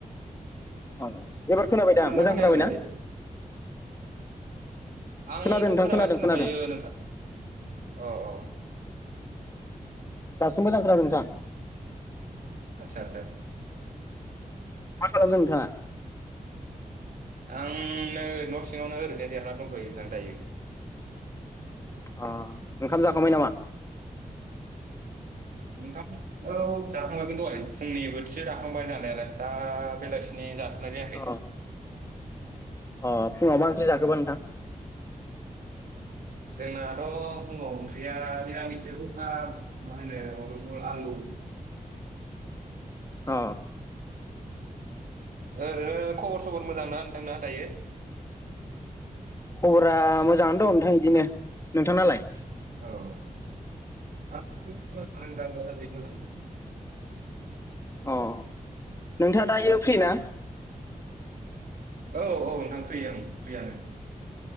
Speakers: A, on the left; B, on the right.
A: औ। एबार खोनाबाय
B: खोनादोंना
A: दा, मोजां
B: खोनायाखै?
A: खोनाबायना?
B: आंथ'
A: खोनादों नोंथां
B: खोनागासिनो
A: खोनादों खोनादों
B: दंखायो नोंथां अ अ।
A: दासो मोजां खानादों
B: आथसा आथसा।
A: मा खालामदों नोंथाङा?
B: आं नै न' सिङावनो ओरैनो जेरायना दंथ'यो नोंथां दायो।
A: अ ओंखाम जाखांबाय नामा?
B: नोंथां औ जाखांबायमोन दहाय फुंनि बोथिसे जाखांबाय जानायालाय, दा बेलासिनि जाथ नाय जायाखै।
A: अ अ फुंआव मा ओंख्रि जाखोबा नोंथां?
B: जोंनाथ' फुङाव ओंख्रिया निरामिसोलै नोंथां मा होनो बहल आलु।
A: अ।
B: ओरैनो खबर सबर मोजांना नोंथांना दायो?
A: खबरा मोजाङानो दं नोंथां इदिनो। नोंथांनालाय?
B: औ <unintelligible>
A: अ नोंथांआ दायो फ्रि ना?
B: औ औ नोंथां फ्रि ओं फ्रियानो।